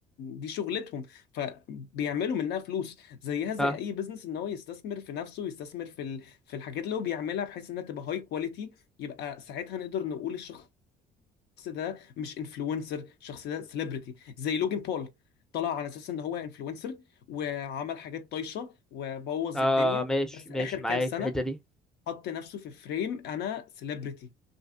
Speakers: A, on the left (about 75°); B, in the centre.
A: دي شغلتهم فبيعملوا منها فلوس زيها زي
B: اه
A: اي بزنس ان هو يستثمر في نفسه يستثمر في في الحاجات اللي هو بيعملها بحيث انها تبقى هاي كواليتي يبقى ساعتها نقدر نقول الشخص ده مش انفلونسر الشخص ده سيلبرتي زي لوجن بول طلع على اساس ان هو انفلونسر وعمل حاجات طايشه وبوظ
B: اه
A: الدنيا
B: ماشي
A: بس
B: ماشي
A: اخر
B: معاك
A: كام سنه
B: في الحته دي
A: حط نفسه في فريم انا سيلبرتي